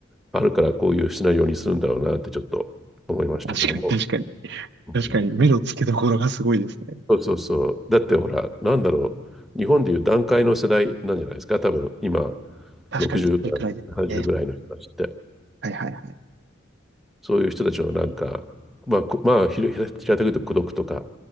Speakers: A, in the centre; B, on the right.
A: あるからこういうシナリオにするんだろうなってちょっと思いましたけども。
B: 確かに、確かに。
A: うん
B: 確かに、目の付けどころがすごいですね。
A: そうそうそう。だってほら、なんだろう。日本でいう団塊の世代なんじゃないですか。多分今、
B: 確かに、
A: 60代、
B: それくらいですね。
A: 70ぐらいの人たちって。
B: はいはいはい。
A: そういう人たちのなんか、まあ、まあ、ひら平たく言うと孤独とか、